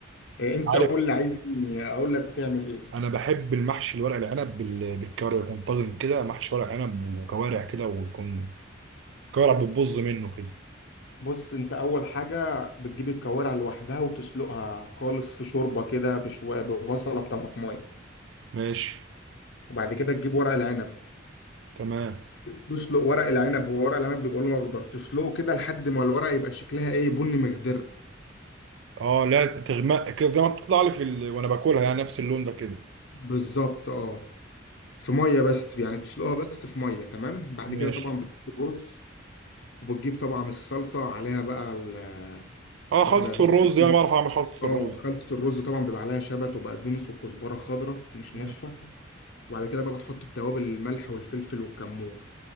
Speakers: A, on the left; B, on the right.
A: آه، انت
B: عارف
A: قول لي عايزني اقول لك بتعمل ايه
B: انا بحب المحشي الورق العنب بال- بالكوارع يكون طاجن كده محشي ورق عنب وكوارع كده ويكون كوارع بتبظ منه كده
A: بص انت اول حاجه بتجيب الكوارع لوحدها وتسلقها خالص في شوربه كده بشويه ببصله بطماطمايه
B: ماشي
A: وبعد كده تجيب ورق العنب
B: تمام
A: تسلق ورق العنب هو ورق العنب بيبقى لونه اخضر تسلقه كده لحد ما الورق يبقى شكلها ايه بني مخضر
B: اه لا تغمق كده زي ما بتطلع لي في ال... وانا باكلها يعني نفس اللون ده كده
A: بالظبط اه في ميه بس يعني بتسلقها بس في ميه تمام بعد
B: ماشي
A: كده طبعا بتجيب الرز وبتجيب طبعا الصلصه عليها بقى ال
B: اه خلطه
A: وبعد كده
B: الرز
A: بتجيب-
B: يعني بعرف اعمل خلطه
A: اه
B: الرز
A: خلطة الرز طبعا بيبقى عليها شبت وبقدونس وكزبرة خضراء مش
B: مم.
A: ناشفة وبعد كده بقى بتحط التوابل الملح والفلفل والكمون